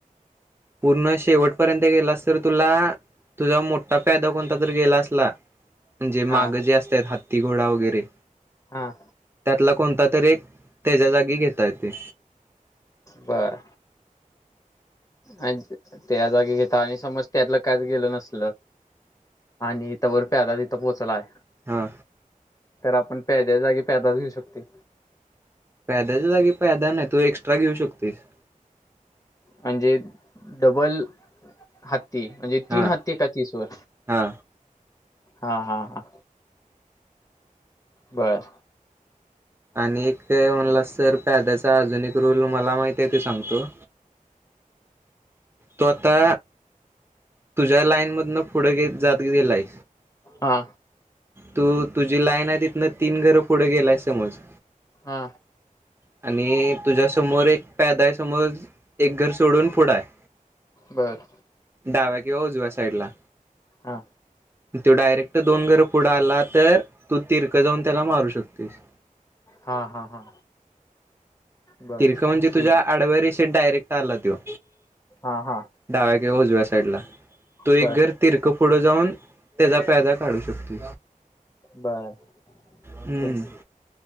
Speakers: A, on the right; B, on the left.
A: पूर्ण शेवटपर्यंत गेलास तर तुला तुझा मोठा पॅदा कोणता तर गेला असला म्हणजे
B: हा
A: माग जे असतात हात तिघोडा वगैरे
B: हा
A: त्यातला कोणता तरी एक त्याच्या जागी घेतायेत ते.
B: बर आणि त्या जागी घेता आणि समज त्यातलं काच गेलं नसल आणि इथं वर प्याता तिथं पोचलाय.
A: हा.
B: तर आपण प्यादाच्या जागी पॅदाच घेऊ शकते.
A: प्यादाच्या जागी पैदा नाही, तू एक्स्ट्रा घेऊ शकतेस.
B: म्हणजे? डबल हत्ती? म्हणजे
A: हा
B: तीन हत्ती एका चीसवर?
A: हा
B: हा हा हा बरं
A: आणि म्हणलास तर पद्याचा अजून एक रूल मला माहिती आहे ते सांगतो तो आता तुझ्या लाईन मधनं पुढेे जात गेेला आहे
B: हा
A: तू तुझी लाईन आहे तिथनं तीन घरं पुढे गेलाय समज
B: हा
A: आणि तुझ्यासमोर एक पॅदा आहे समोर, एक घर सोडून पुडा आहे
B: बरं
A: डाव्या किंवा उजू्या साईडला
B: हा
A: तो डायरेट दोन घर पुडा आला तर तू तिर्क जाऊन त्याला मारू शकतेस
B: हा हा हा बर
A: तर्क म्हणजे
B: ठीक
A: तुझ्या
B: आहे.
A: आडव्या रेष ते डायरेक्ट आला त्यों
B: हा हा
A: डाव्या किवा उजव्या साईडला तो एक
B: बर
A: घर तिरक पुढ जाऊन त्याचा प्यादा काढू शकतो,
B: बर
A: हम्म
B: ठीक आहे